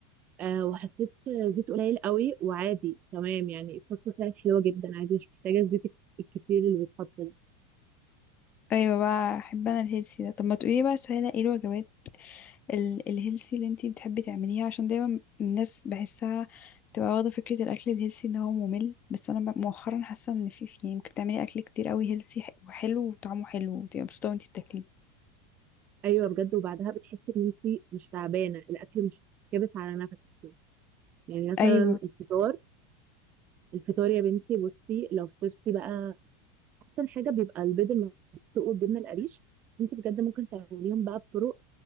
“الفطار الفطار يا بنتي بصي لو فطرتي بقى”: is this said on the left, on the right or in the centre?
Right